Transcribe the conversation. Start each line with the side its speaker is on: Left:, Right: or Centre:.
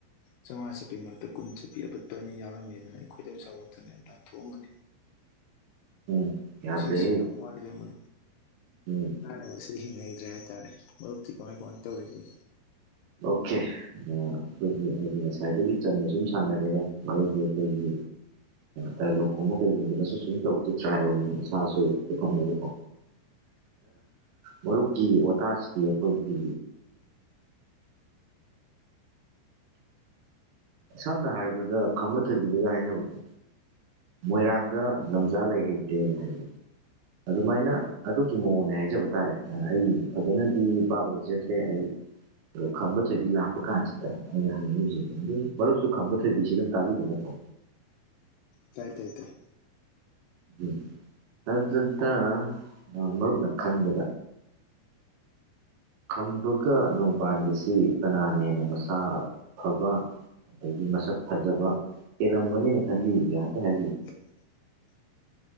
Left: ꯆꯥꯝꯉꯥ ꯆꯄꯤ ꯃꯔꯨꯛꯇ ꯀꯨꯟ ꯆꯠꯄꯤ ꯑꯄꯠꯄ ꯑꯅꯤ ꯌꯥꯎꯔꯝꯃꯤ ꯑꯗꯨꯅ ꯑꯩꯈꯣꯏꯗꯧ ꯆꯥꯎꯒꯠꯇꯅ ꯑꯦꯟꯗꯥꯥꯟ ꯊꯣꯛꯣꯛꯑꯝꯕꯅꯤ <unintelligible> <inaudible>
Right: ꯎꯝ ꯌꯥꯗ꯭ꯔꯦꯍꯦ
Left: ꯁꯤꯁꯤ ꯋꯥꯏꯗꯝꯕ
Right: ꯎꯝ
Left: ꯂ ꯁꯤꯁꯤ ꯉ ꯦ ꯍꯥꯏꯇꯥꯔꯦ ꯃꯔꯤ ꯀꯃꯥꯏ ꯀꯃꯥꯏꯅ ꯇꯧꯔꯤꯒꯦ
Right: ꯑꯣꯀꯦ ꯑꯩꯈꯣꯏꯒꯤ ꯍꯥꯏꯗꯤ ꯉꯁꯥꯏꯗꯒꯤ ꯆꯅ ꯁꯨꯝ ꯁꯥꯟꯅꯔꯑꯦ ꯃꯔꯁ ꯑꯩꯈꯣꯏꯒꯤ ꯇꯂꯣꯛꯀꯨꯝꯕ ꯀꯩꯒꯨꯝꯕꯗꯁꯨ ꯁꯨꯝ ꯇꯧꯗꯤ ꯇ꯭ꯔꯥꯏ ꯑꯣꯏꯅꯤ ꯏꯁꯥꯁꯨ ꯄ ꯈꯟꯅꯒꯦꯀꯣ ꯃꯔꯨꯞꯀꯤ ꯋꯥꯇꯥꯁꯤꯗꯤ ꯑꯩꯈꯣꯏꯒꯤ ꯁꯝꯅ ꯍꯥꯏꯔꯕꯗ ꯈꯝꯕ ꯊꯣꯏꯕꯤꯔꯒ ꯍꯥꯏꯅꯕꯗꯣ ꯃꯣꯏꯔꯥꯡꯗ ꯂꯝꯖꯥ ꯂꯩ ꯍꯩꯗ꯭ꯔꯦꯅ ꯍꯥꯏꯕ ꯑꯗꯨꯃꯥꯏꯅ ꯑꯗꯨꯒꯤ ꯃꯑꯣꯡꯅꯦ ꯍꯥꯏꯖꯕ ꯇꯥꯔꯦ ꯑꯩ ꯐꯖꯅꯗꯤ ꯕꯥꯕ ꯑꯣꯏꯖꯗ꯭ꯔꯦ ꯑꯩ ꯑꯣ ꯈꯝꯕ ꯊꯣꯏꯕꯤ ꯂꯥꯛꯄ ꯀꯥꯟꯁꯤꯗ ꯑꯩꯅ ꯍꯪꯅꯤꯡꯤꯁꯦ ꯑꯗꯨꯝ ꯃꯔꯨꯞꯁꯨ ꯈꯝꯕ ꯊꯣꯏꯕꯤꯁꯤꯗꯪ ꯇꯥꯕꯤꯕ ꯅꯠꯇ꯭ꯔꯣ
Left: ꯏꯇꯥꯏ ꯇꯥꯏ ꯇꯥꯏ
Right: ꯎꯝ ꯑꯗꯨꯗ ꯃꯔꯨꯞꯅ ꯈꯟꯕꯗ ꯈꯝꯕꯒ ꯅꯣꯡꯕꯥꯟꯒꯁꯤ ꯀꯅꯥꯅ ꯍꯦꯟꯅ ꯃꯁꯥ ꯐꯕ ꯑꯗꯒꯤ ꯃꯁꯛ ꯐꯖꯕ ꯍꯦꯜꯂꯝꯒꯅꯦꯅ ꯈꯟꯕꯤꯕꯒꯩꯥꯏꯍꯥꯛꯇ ꯍꯥꯏꯕꯤꯌꯨ
Left: <unintelligible> <inaudible>